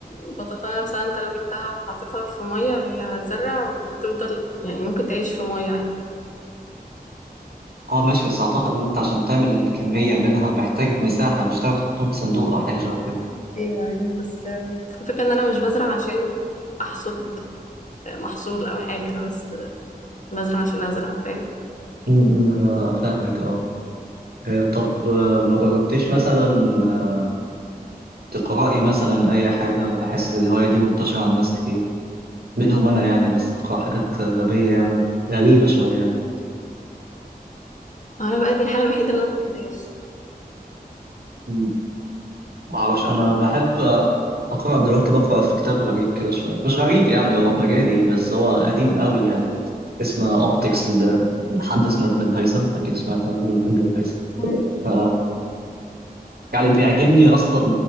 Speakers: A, on the left (about 50°); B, on the right (about 80°).
A: البطاطا نفسها أنت لو جبتها وحطيتها في مية هي هتزرع وتفضل يعني ممكن تعيش في مية عادي.
B: اه ماشي بس اعتقد ان انت عشان تعمل كمية منها محتاج مساحة مش هتعرف تحطهم في صندوق او حاجة شبه كده
A: ايوه ايوه بس آم، الفكرة ان انا مش بزرع عشان احصد محصول او حاجة انا بس بزرع عشان ازرع فاهم
B: امم انا فاهمك اه آه، طب آه، ما جربتيش مثلا آه، تقرأي مثلا اي حاجة بحس الهواية دي منتشرة عند ناس كتير منهم انا يعني بس بقرأ حاجات غبية يعني غريبة شوية يعني
A: انا بقى دي الحاجة الوحيدة اللي انا محبهاش
B: مم. ما اعرفش انا بحب آه، اقرأ دلوقتي بقرأ في كتاب غريب كده شوية مش غريب يعني هو في مجالي بس هو قديم قوي يعني اسمه اوبتكس لحد اسمه ابن الهيثم اكيد سمعت عن ابن الهيثم
A: مم.
B: ف يعني بيعجبني اصلا